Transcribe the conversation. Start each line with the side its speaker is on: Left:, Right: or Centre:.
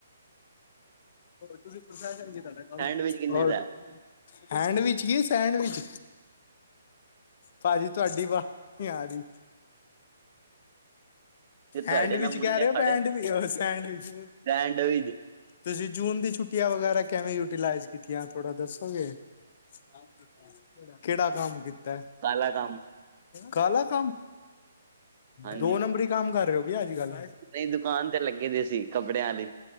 Left: ਔਰ ਤੁਸੀਂ ਪ੍ਰੋਫੈਸਰ ਹੋ ਤੁਹਾਡਾ ਕੰਮ
Right: ਸੈਂਡਵਿਚ
Left: ਹੀ ਕੀ?
Right: ਕਿੰਨੇ ਦਾ
Left: ਹੈਡਵਿਚ ਕੀ- ਸੈਂਡਵਿਚ, ਭਾਜੀ ਤੁਹਾਡੀ ਵ ਵਾਜ ਨੀਂ।
Right: ਤੇ ਤੁਹਾਡੇ
Left: ਹੈਂਡਵਿਚ
Right: ਨਾਲ ਮੁੰਡੇ
Left: ਕਹਿ ਰਹੇ ਹੋ
Right: ਖੜੇ
Left: ਬੈਡ ਸੈਂਡਵਿਚ
Right: ਬ੍ਰੈਂਡ ਵੀ
Left: ਤੁਸੀਂ ਜੂਨ ਦੀ ਛੁੱਟੀਆਂ ਵਗੈਰਾ ਕਿਵੇਂ ਯੂਟੀਲਾਈਜ਼ ਕੀਤੀਆਂ ਤੁਥੋੜਾ ਦੱਸੋਗੇ? ਕੰਮ ਕੀਤਾ, ਕਿਹੜਾ ਕੰਮ ਕੀਤਾ?
Right: ਕਾਲਾ ਕੰਮ
Left: ਕਾਲਾ ਕੰਮ
Right: ਹਾਂਜੀ
Left: ਦੋ ਨੰਬਰੀ ਕੰਮ ਕਰ ਰਿਹ ਹੋ ਕੇ ਅੱਜ-ਕੱਲ?
Right: ਨਹੀਂ ਦੁਕਾਨ ਤੇ ਲੱਗੇ ਦੇ ਸੀ ਕੱਪੜਿਆਂ ਵਾਲੀ।